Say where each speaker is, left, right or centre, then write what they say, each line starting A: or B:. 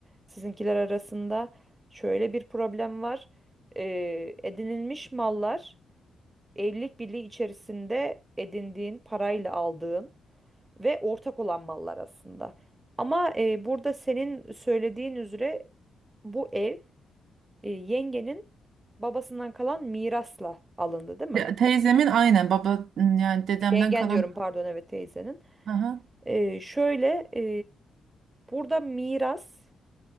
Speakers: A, on the right; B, on the right.
A: Sizinkiler arasında şöyle bir problem var. E, edinilmiş mallar evlilik birliği içerisinde edindiğin parayla aldığın ve ortak olan mallar aslında. Ama e, burada senin söylediğin üzere bu ev e, yengenin babasından kalan mirasla alındı, değil mi?
B: Ya, Teyzemin aynen baba yani dedemden
A: Yengen
B: kalan.
A: diyorum pardon evet teyzenin.
B: Aha,
A: Ee, şöyle e, burada miras,